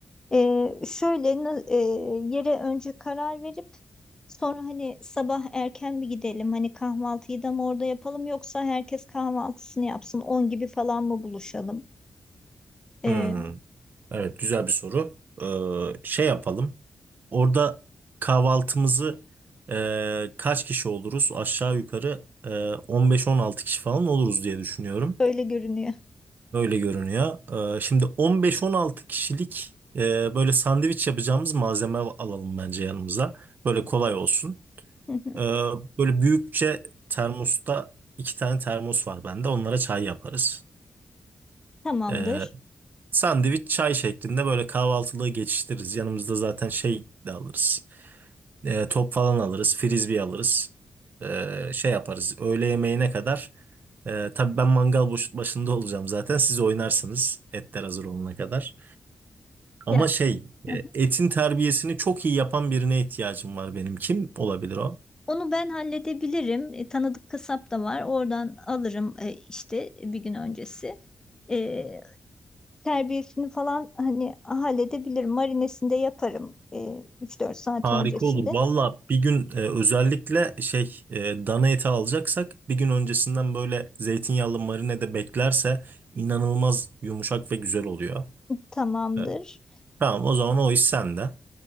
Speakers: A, on the left; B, on the right.
A: Ee, şöyle na- e, yere önce karar verip sonra hani sabah erken bir gidelim hani kahvaltıyı da mı orada yapalım yoksa herkes kahvaltısını yapsın 10 gibi falan mı buluşalım? Ee,
B: Hmm, evet, güzel bir soru. Ee, şey yapalım. Orada kahvaltımızı e, kaç kişi oluruz? Aşağı yukarı e, 15-16 kişi falan oluruz diye düşünüyorum.
A: öyle görünüyor.
B: Öyle görünüyor. Ee, şimdi 15-16 kişilik e, böyle sandviç yapacağımız malzeme alalım bence yanımıza. Böyle kolay olsun.
A: Hı hı.
B: Ee, böyle büyükçe termosta iki tane termos var bende. Onlara çay yaparız.
A: Tamamdır.
B: Ee, sandviç çay şeklinde böyle kahvaltılığı geçiştiririz. Yanımızda zaten şey de alırız. Ee, top falan alırız. Frisbee alırız. Ee, şey yaparız. Öğle yemeğine kadar. Ee, tabii ben mangal boş- başında olacağım zaten. Siz oynarsınız etler hazır olana kadar. Ama
A: Ya
B: şey
A: hı
B: e,
A: hı.
B: etin terbiyesini çok iyi yapan birine ihtiyacım var benim. Kim olabilir o?
A: onu ben halledebilirim. E, tanıdık kasap da var. Oradan alırım e, işte bir gün öncesi. E, terbiyesini falan hani halledebilirim. Marinesini de yaparım e, 3-4 saat
B: Harika
A: öncesinde.
B: olur. Valla bir gün e, özellikle şey e, dana eti alacaksak bir gün öncesinden böyle zeytinyağlı marinede beklerse inanılmaz yumuşak ve güzel oluyor.
A: Tamamdır.
B: E, tamam o zaman o iş sende.